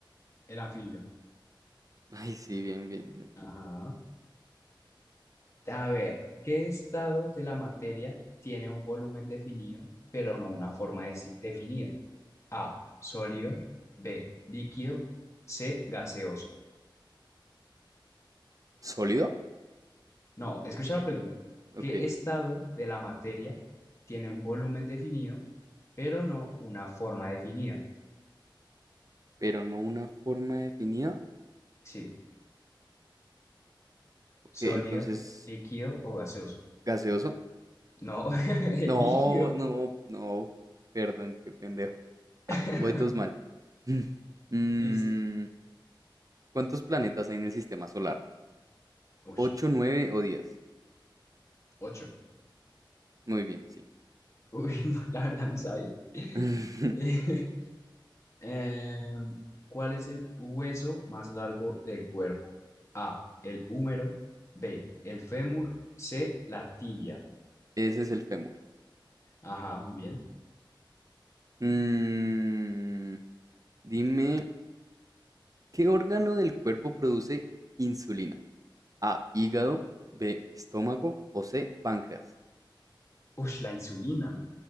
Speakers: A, on the left (about 35°); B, on the right (about 45°).
A: El anfibio.
B: Ay, sí, bien, bien, bien.
A: Ajá. A ver, ¿qué estado de la materia tiene un volumen definido, pero no una forma deci- definida? A, sólido. B, líquido. C, gaseoso.
B: ¿Sólido?
A: No, escucha la pregunta.
B: Ok,
A: ¿Qué estado de la materia tiene un volumen definido, pero no una forma definida?
B: pero no una forma definida.
A: Sí,
B: Ok,
A: sólido,
B: entonces,
A: líquido o gaseoso.
B: ¿gaseoso?
A: No, <laughs> el
B: No,
A: líquido.
B: no, no, perdón, qué pendejo. Ah,
A: <laughs>
B: voy dos mal. <laughs> Mm,
A: Listo.
B: ¿cuántos planetas hay en el sistema solar?
A: Uy,
B: ¿Ocho, nueve o diez?
A: ocho.
B: Muy bien, sí.
A: Uy, <laughs> no, la verdad no sabía. <laughs>
B: <laughs>
A: Eh, Em, ¿cuál es el hueso más largo del cuerpo? A, el húmero. B, el fémur. C, la tibia.
B: Ese es el fémur.
A: Ajá, muy bien.
B: Mm, dime, ¿qué órgano del cuerpo produce insulina? A, hígado, B, estómago o C, páncreas.
A: Ush, la insulina.